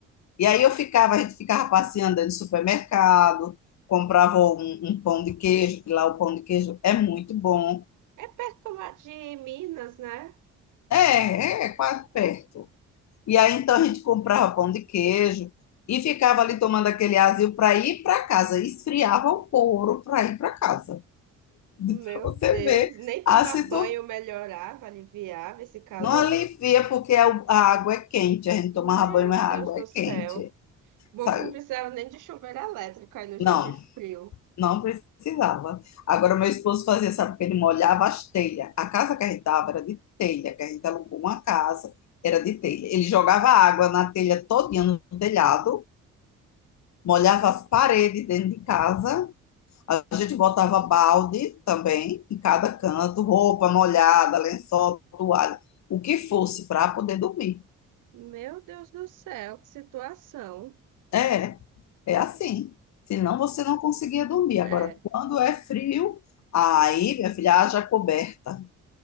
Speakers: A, on the left; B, on the right.
A: E aí eu ficava, a gente ficava passeando dentro do supermercado, comprava um, um pão de queijo, que lá o pão de queijo é muito bom.
B: É perto lá de Minas, né?
A: É, é, é quase perto. E aí então a gente comprava pão de queijo e ficava ali tomando aquele azil para ir para casa. esfriava o couro para ir para casa. <laughs>
B: Meu
A: Para você
B: Deus,
A: ver
B: nem tomar
A: a situação.
B: banho melhorava, aliviava esse calor.
A: Não alivia porque a a água é quente. A gente
B: Meu
A: tomava banho, mas a
B: Deus
A: água
B: do
A: é quente.
B: céu. Bom
A: Sabe?
B: que não precisava nem de chuveiro elétrico aí nos
A: Não,
B: dias de frio.
A: não precisava. Agora, meu esposo fazia, sabe, que ele molhava as telhas. A casa que a gente estava era de telha, que a gente alugou uma casa, era de telha. Ele jogava água na telha todinha no telhado molhava as paredes dentro de casa, a gente botava balde também em cada canto, roupa molhada, lençol, toalha, o que fosse para poder dormir.
B: Meu Deus do céu, que situação.
A: É, é assim. Senão você não conseguia dormir.
B: É,
A: Agora, quando é frio, aí, minha filha, haja coberta.